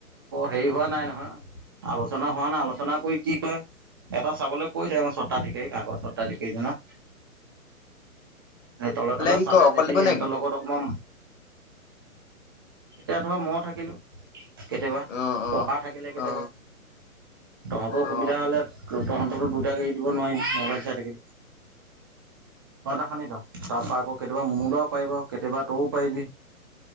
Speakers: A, on the right; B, on the left.
A: হেৰি হোৱা নাই নহয়। আলোচনা হোৱা নাই আলোচনা কৰি কি কয়, এটা চাবলৈ কৈছে এওঁ চত্বাধিকাৰী কাগজ চত্বাধিকাৰীজনক। তল তলত
B: সি
A: চালে
B: ক অকলে
A: যদি
B: দিব
A: সিহঁতৰ
B: নেকি
A: লগত অকমান। এতিয়া ধৰ ম থাকিলো। কেতিয়াবা,
B: অ অ
A: পকা থাকিলে কেতিয়াবা।
B: অ
A: তহঁতৰ সুবিধা
B: অ
A: হ'লে, তহঁততো দুইটা গাড়ী দিব নোৱাৰি। ম'বাইল চাই থাকিবি। চা তা খানি তই? তাৰ পৰা আকৌ কেতিয়াবা মুনোদা পাৰিব। কেতিয়াবা তও পাৰিবি,